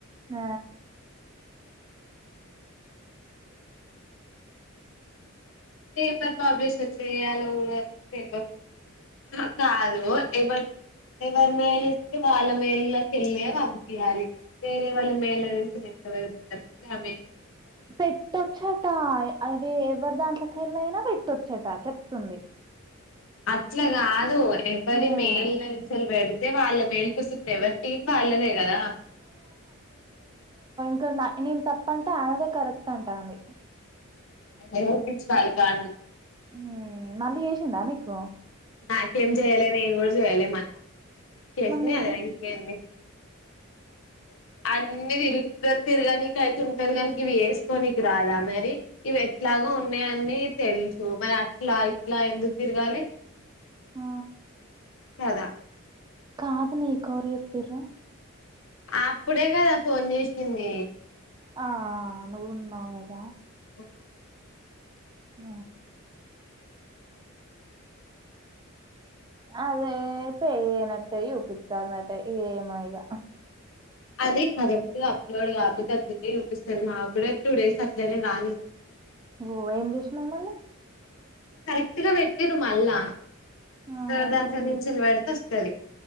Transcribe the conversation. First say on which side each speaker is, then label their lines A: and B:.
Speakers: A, on the right; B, on the left.
A: ఆ
B: పేపర్ పబ్లిష్ చేయాలో కూడా తెవకుంన్నారు కాదు ఎవరు ఎవరి మేలు ఇస్తే వాళ్ళ మేళకి వెళ్ళి పంపియాలి వేరే వాళ్ళ మేళ నుంచి నెట్లు వేరుగుతారుమె
A: పెట్టొచ్చట అవి ఎవరు దాంట్లో కెళ్ళైనా పెట్టొచ్చట చెప్తుంది
B: అట్లగాదు ఎవరి
A: హ్మ్
B: మెయిల్ నుంచెలి పెడితె వాళ్ళ మెయిల్ కు ఎవరి టీం వాళ్ళదే కదా
A: ఇక్కడ నేను తప్పంట ఆమెదే కరెక్ట్ అంటా అంది
B: ఎవరి పిచ్చి వాళ్ళకానందం
A: హ్మ్ మళ్ళీ చేసిందా నీకు
B: నాకేమ్ జేయాల నేనుకూడా జేయలే మళ్ల చేస్తుంది
A: మరి నీకే
B: అది <unintelligible> ఇంకేంది అన్నీ తిరుక్క తిరగానీకైతుంటది గాని గివి ఏస్కోనికి రాదా మరి ఇవెట్లాగో ఉన్నాయన్నీ తెల్సు మరి అట్లా లా ఎందుకు తిర్గాాలి
A: ఆ
B: కదా
A: కాదు నీ కోరు జెప్పిర్రు
B: అప్పుడే కదా ఫోన్ జేసింది
A: ఆ ఆ నువున్నావ్ కదా
B: ఆ
A: ఆ అదే పెయ్యనట్టై యూపిత్తాందట ఏమొ ఇక
B: అదీ కర <unintelligible> <unintelligible> అప్లోడ్ కాపోతే అట్లనే ఊపిస్తారు మాక్కూడా టూ డేస్ అట్లనే రాలే <unintelligible>
A: ఓ ఏం చేసినావ్ మళ్ళా
B: కరెక్టుగా పెట్టిరు మళ్ళా <unintelligible>
A: ఆహా
B: సరి <unintelligible>